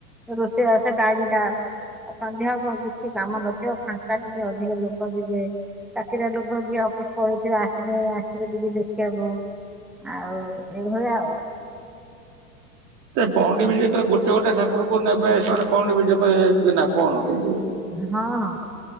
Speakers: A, in the centre; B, on the right (about 40°).
A: ରୋଷେଇ ଵାସ ଟାଇମ୍ ଟା। ଆଉ ସନ୍ଧ୍ୟା କୁ କଣ କିଛି କାମ ନଥିବ, ଫାଙ୍କା ଟିକେ, ଅଧିକ ଲୋକ ଯିବେ। ଚାକିରିଆ ଲୋକ ଯିଏ ଅଫିସ ପଳେଉଥିବ ଆସିଲେ ଆ ଟିକେ ଟିକେ ଦେଖିବାକୁ ଆଉ ଏଇଭଳିଆ ଆଉ।
B: ସେ ପହଣ୍ଡି ବିଜେ କଲେ ଗୋଟେ ଗୋଟେ ଠାରକୁ ନେବେ ସେମାନେ ପହଣ୍ଡି ବିଜ କରିବେ ନା କଣ କେମିତି।
A: ହଁ ହଁ